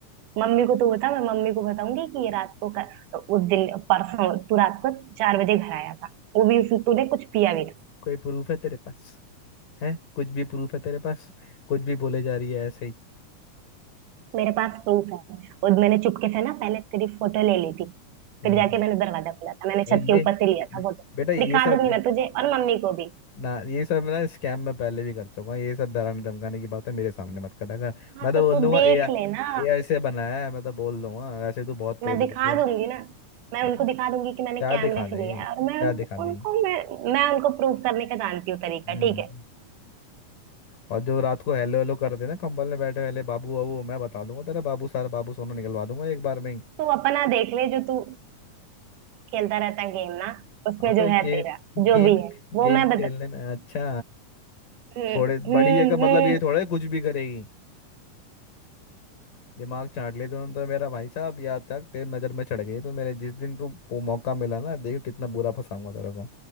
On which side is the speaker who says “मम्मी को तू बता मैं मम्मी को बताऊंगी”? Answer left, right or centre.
Right